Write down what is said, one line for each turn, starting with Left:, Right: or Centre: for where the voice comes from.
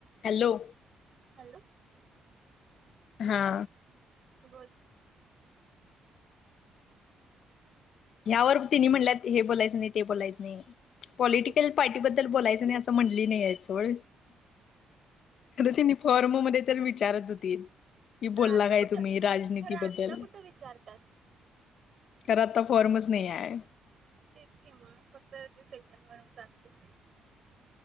Left: Hello!
Right: Hello!
Left: हा.
Right: तू बोल
Left: यावर तिनी म्हणल्यात हे बोलायचं नाही ते बोलायचं नाही पॉलिटिकल
Right: हम्म
Left: पा र्टी बद्दल बोलायचं नाही असं म्हणली नाहीयेत सोड खरं तेनी फॉर्ममध्ये तर विचारत होती, कि
Right: खरं
Left: बोला
Right: आता
Left: काय
Right: कुठं
Left: तुम्ही राजनीती
Right: खरं आत्ता
Left: बद्दल.
Right: कुठं विचारतात
Left: खर आता फॉर्मच नाही आहे.
Right: तेच कि म फक्त ते सेकंड वर जातयच.